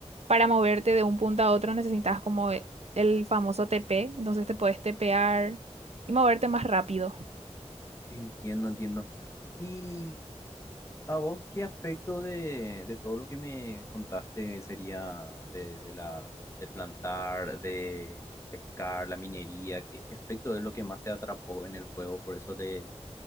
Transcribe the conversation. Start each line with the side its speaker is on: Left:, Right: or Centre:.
Right: para moverte de un punto a otro necesitas como e- el famoso TP, entonces te puedes tepear y moverte más rápido.
Left: Entiendo, entiendo. Y ¿A vos qué aspecto de, de todo lo que me contaste sería de, de la de plantar, de pescar, la minería? ¿Qué, qué aspecto es lo que más te atrapó en el juego? Por eso te,